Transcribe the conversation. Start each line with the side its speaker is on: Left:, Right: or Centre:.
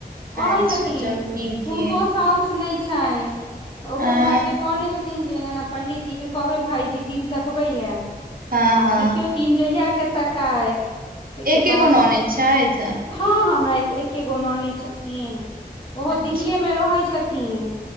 Right: अच्छा
Left: कहै छथिन
Right: चलू नीक
Left: हुनको
Right: यै
Left: साउस नहि छनि तऽ ओहो
Right: हँ
Left: भाय के कहने छथिन दिन जे पं्डित जी के कहबै भाायजी दिन तकबै लेय
Right: हँ
Left: आब
Right: हँ
Left: देखियौ दिन जहिया के ताकाय ताहिके
Right: एके
Left: बाद
Right: गो ननैद छथि
Left: हँ हमरा एके गो ननैद छथिन ओहो
Right: अच्छा
Left: दिल्लीए में रहे छथिन